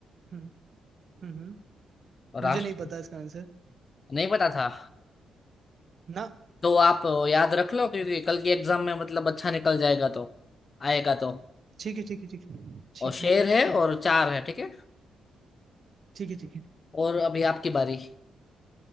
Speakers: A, on the right; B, on the left.
A: हम्म हम्म हम्म।
B: और राष्ट्र
A: मुझे नहीं पता इसका आंसर
B: नहीं पता था
A: ना
B: तो आप याद रख लो क्योंकि कल की एग्जाम में मतलब अच्छा निकल जाएगा तो आएगा तो
A: ठीक है ठीक है ठीक है ठीक
B: और शेर
A: है
B: है और चार है ठीक है
A: ठीक है ठीक है
B: और अभी आपकी बारी